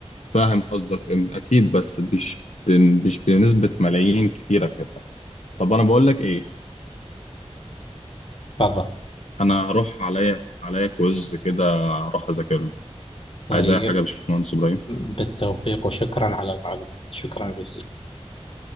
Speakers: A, on the left (about 80°); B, on the left (about 50°).
A: فاهم قصدك إن- اكيد بس مش بن- مش بنسبه ملايين كتيره كده طب انا بقول لك ايه
B: تفضل
A: انا هروح عليا عليا كويز كده هروح اذاكر له
B: طيب
A: عايز اي حاجه يا باشمهندس ابراهيم
B: بالتوفيق وشكرا على المعلومات شكرا جزيلا